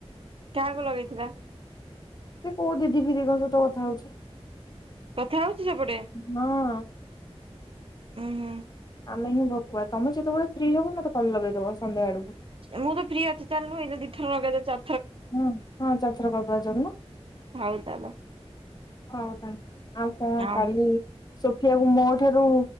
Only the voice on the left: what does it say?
ସେ କୋଉ ଦିଦି ଫିଦିଙ୍କ ସହିତ କଥା ହଉଛି।
ହଁ ଅଁ।
ଆମେ ହିଁ ଗପୁଆ, ତମେ ଯେତେବେଳେ ଫ୍ରି ହବ ମତେ କଲେ ଲଗେଇଦବ ସନ୍ଧ୍ୟାଆଡକୁ।
ହଁ ହଁ ଚାରି ଥର କରିଦବା ଚାଲୁନ।
ହଉ ତାହେଲେ ଆଉ କଣ
କାଲି ସୋଫିଆକୁ ମୋ ଠାରୁ